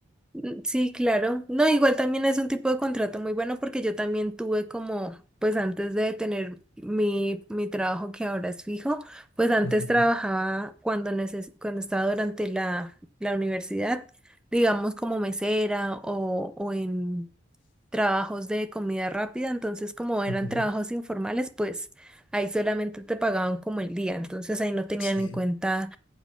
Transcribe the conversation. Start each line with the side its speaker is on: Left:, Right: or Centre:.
Centre: Mm, Sí, claro. No, igual también es un tipo de contrato muy bueno porque yo también tuve como, pues antes de tener mi, mi trabajo que ahora es fijo, pues antes
Left: Ujú,
Centre: trabajaba cuando neces cuando estaba durante la, la universidad, digamos como mesera o, o en trabajos de comida rápida, entonces como eran
Left: ujú,
Centre: trabajos informales, pues ahí solamente te pagaban como el día, entonces ahí no tenían
Left: Sí,
Centre: en cuenta